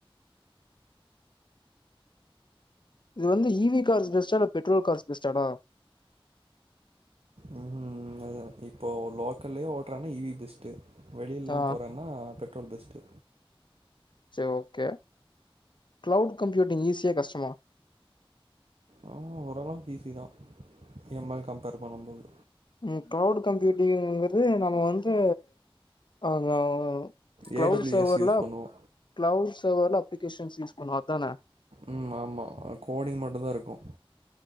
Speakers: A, on the left (about 55°); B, on the right (about 85°).
A: இது வந்து இ வி கார்ஸ் பெஸ்ட்டா இல்ல பெட்ரோல் கார்ஸ் பெஸ்ட்டாடா
B: ம்ஹூம் அது இப்போ லோக்கல்லயே ஓட்றனா இ வி பெஸ்ட்டு வெளிலெல்லா
A: ஆ
B: போறன்னா பெட் தா பெஸ்ட்டு
A: சேர் ஓகே கிளவுட் கம்ப்யூட்டிங் ஈஸியா கஷ்டமா
B: ஆ ஓரளவுக்கு ஈஸிதா எம் எல் கம்பேர் பண்ணும் போது
A: ம் கிளவுட் கம்யூட்டிங்கிறது நம்ம வந்து அவனுதா க்ளவுடு
B: ஏ டபிள்யூ
A: சர்வர்ல
B: எஸ் யூஸ் பண்ணுவோ
A: க்ளவுட்ஸ் சர்வர்ல அப்ளிகேஷன்ஸ் யூஸ் பண்ணுவோ அதானே
B: ம் ஆமா கோடிங் மட்டுந்தா இருக்கு